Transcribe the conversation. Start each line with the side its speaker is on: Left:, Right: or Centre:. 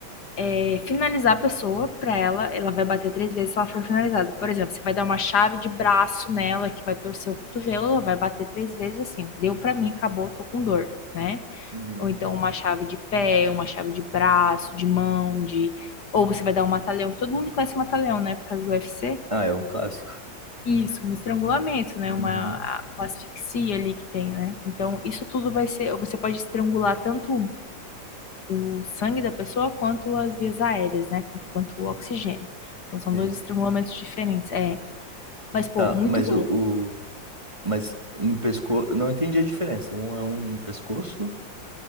Left: é, finalizar a pessoa pra ela, ela vai bater três vezes se ela for finalizada. Por exemplo, você vai dar uma chave de braço nela que vai torcer o cotovelo, ela vai bater três vezes assim, deu pra mim, acabou, tô com dor, né?
Right: Uhum.
Left: Ou então uma chave de pé, uma chave de braço, de mão, de... Ou você vai dar um mata-leão, todo mundo conhece o mata-leão, né, por causa do UFC.
Right: Ah, é um clássico.
Left: Isso, um estrangulamento, né?
Right: Uhum.
Left: Uma, uma asfixia ali que tem, né? Então, isso tudo vai ser. Você pode estrangular tanto o sangue da pessoa quanto as vias aéreas, né? Tanto Quanto o oxigênio. Então, são
Right: Ei,
Left: dois estrangulamentos diferentes. É. Mas, pô,
Right: Tá,
Left: muito
Right: mas
Left: bom.
Right: o, o- mas no pescoço, não entendi a diferença. Um é um no pescoço